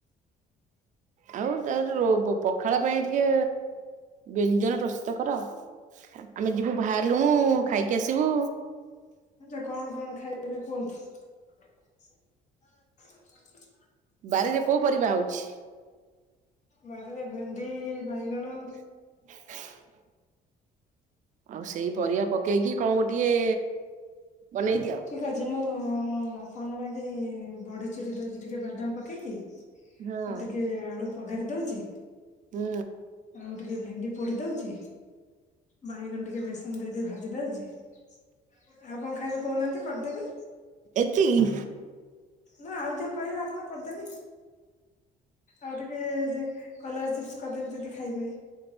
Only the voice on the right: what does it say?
ଆଉ ତା ଜୋ ପଖାଳ ପାଇଁ ଟିକେ ବ୍ୟଞ୍ଜନ ପ୍ରସ୍ତୁତ କର, ଆମେ ଯିବୁ ବାହାରିଲୁଣୁ ଖାଇକି ଆସିବୁ।
ବାରିରେ କୋଉ ପରିବା ହଉଛି?
<inaudible> ଆଉ ସେଇ ପରିବା ପକେଇକି କଣ ଗୋଟିଏ ବନେଇ ଦିଅ।
ହଁ
ହୁଁ।
ଏତିକି।